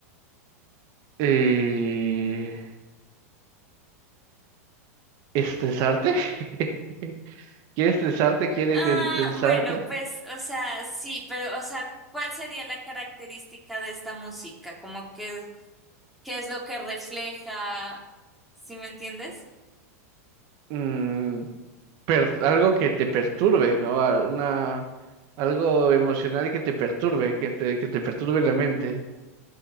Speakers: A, on the right; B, in the centre.
A: Eh, ¿estresarte? <laughs> ¿Quieres estresarte? ¿Quieres
B: Ah,
A: ten- tensarte?
B: bueno, pues, o sea, sí, pero, o sea, ¿cuál sería la característica de esta música? Como que, ¿qué es lo que refleja? ¿Sí me entiendes?
A: Mm, per- algo que te perturbe, ¿no? Al- Una, algo emocional que te perturbe, que te, que te perturbe la mente.